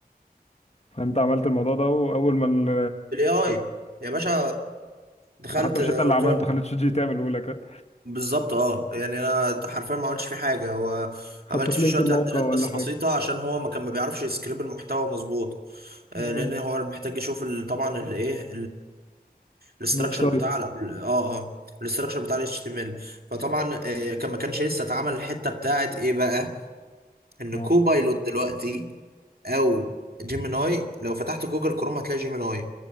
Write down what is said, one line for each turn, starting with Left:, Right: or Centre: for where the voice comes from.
Left: فانت عملت الموضوع ده واول ما ال...
Right: بالاي اي يا باشا دخلت
Left: انت حتى مش انت اللي
Right: قلت
Left: عملته
Right: له
Left: خليت شات جي تعمله لك
Right: بالظبط اه يعني انا حرفيا ما عملتش فيه حاجه هو
Left: حطيت
Right: عملت فيه
Left: لينك
Right: شويه
Left: الموقع
Right: تعديلات
Left: ولا
Right: بس
Left: حاجة
Right: بسيطه عشان هو ما كان ما بيعرفش يسكريب المحتوى مظبوط آه،
Left: آه.
Right: لان هو محتاج يشوف ال- طبعا الايه الاستراكشر
Left: <laughs> الويب سايت
Right: بتاع ال- اه اه الاستراكشر بتاع الاتش تي ام ال فطبعا آه، كان ما كانش لسه اتعمل الحته بتاعت ايه بقى ان
Left: اه
Right: كوبايلوت دلوقتي او جيميناي لو فتحت جوجل كروم هتلاقي جيميناي